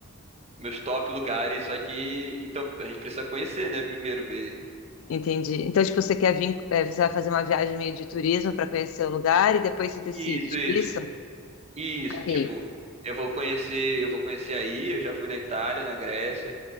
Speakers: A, on the right; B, on the left.
A: meus top lugares. Só que, então, a gente precisa conhecer, né? Primeiro, ver.
B: entendi. Então, tipo, você quer vir, eh, você vai fazer uma viagem meio de turismo para conhecer o lugar e depois você decide,
A: Isso,
B: tipo
A: isso.
B: isso?
A: Isso,
B: Ok.
A: tipo, eu vou conhecer, eu vou conhecer aí, eu já fui na Itália, na Grécia.